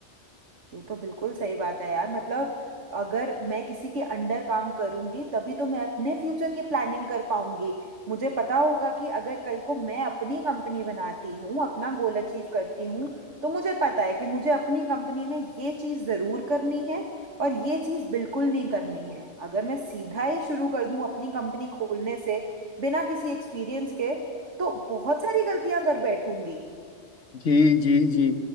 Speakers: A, on the right (about 85°); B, on the left (about 85°).
A: ये तो बिल्कुल सही बात है यार मतलब अगर मैं किसी के अंडर काम करूंगी तभी तो मैं अपने फ्यूचर की प्लानिंग कर पाऊंगी मुझे पता होगा कि अगर कल को मैं अपनी कंपनी बनाती हूँ अपना गोल अचीव करती हूँ तो मुझे पता है कि मुझे अपनी कंपनी में ये चीज़ ज़रूर करनी है और ये चीज़ बिल्कुल नहीं करनी है अगर मैं सीधा ही शुरू कर दूँ अपनी कंपनी खोलने से बिना किसी एक्सपीरियंस के तो बहुत सारी गलतियां कर बैठूंगी
B: जी जी जी